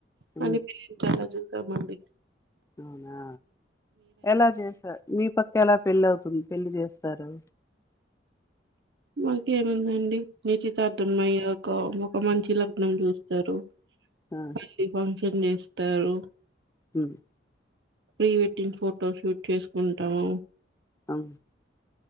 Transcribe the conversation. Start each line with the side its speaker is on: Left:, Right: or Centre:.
Right: కానీ
Left: ఉమ్
Right: పెళ్ళిళకి <unintelligible> తమండి
Left: అవునా ఎలా చేసా మీ పక్క ఎలా పెళ్లి అవుతుంది పెళ్లి చేస్తారు
Right: మాకేముందండి నిశ్చితార్థం అయ్యాకా ఒక మంచి లగ్నం చూస్తారు
Left: ఆ
Right: <unintelligible> ని చేస్తారు
Left: హుమ్
Right: ప్రీ వెడ్డింగ్ ఫోటో షూట్ చేసుకుంటాము
Left: అవును